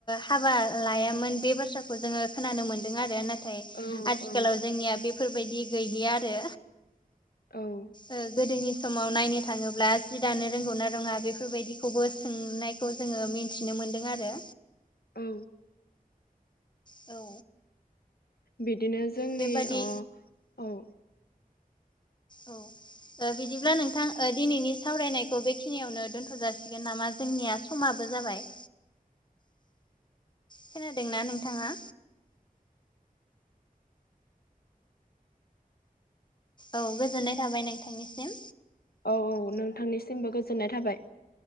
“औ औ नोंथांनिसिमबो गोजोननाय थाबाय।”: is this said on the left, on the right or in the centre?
Left